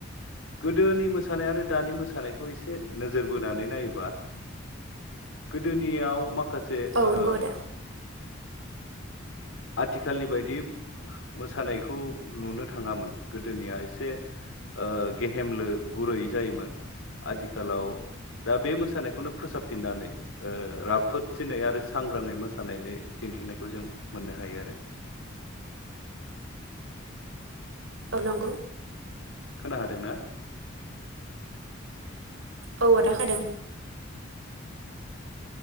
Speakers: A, on the left (about 75°); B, on the right (about 85°).
A: गोदोनि मोसानाय आरो दानि मोसानायखौ एसे नोजोर बोनानै नायोबा गोदोनियाव माख खासे
B: औ
A: ओ
B: नंगौ आदा
A: आथिखालनि बायदि मोसानायखौ नुनो थाङामोन गोदोनिया एसे ओ गेहेमलो गुरै जायोमोन आथिखालाव दा बे मोसानायखौनो फोसाबफिननानै ओ राफोदसिनै आरो सांग्राङै मोसानायानानै दिन्थिनायखौ जों मोननो हायो आरो
B: औ नंगौ
A: होनो हादोंना?
B: औ आदा होदों।